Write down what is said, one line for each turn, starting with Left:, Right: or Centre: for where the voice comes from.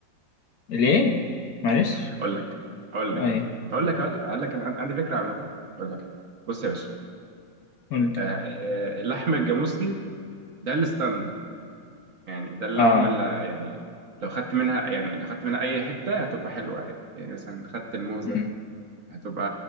Left: ليه معلش
Right: اقول لك اقول
Left: اه
Right: لك
Left: ايه
Right: اقول لك اقول لك اقول لك انا عن- عندي فكره عن الموضوع اقول لك حاجه بص يا باشا
Left: قلت
Right: آه، آه، اللحم الجاموسي ده الستاندرد يعني ده اللحمة
Left: اه
Right: اللي يعني لو خدت منها يعني لو خدت منها أي حتة هتبقى حلوة عادي يعني مثلا خدت الموزة
Left: أمم.
Right: هتبقى